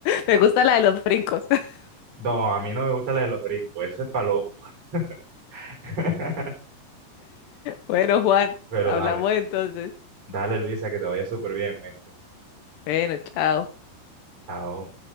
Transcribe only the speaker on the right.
no, a mí no me gusta la de los brincos, eso es pa' loco. <laughs>
Pero
dale,
dale Luisa, que te vaya súper bien, este.
Chao.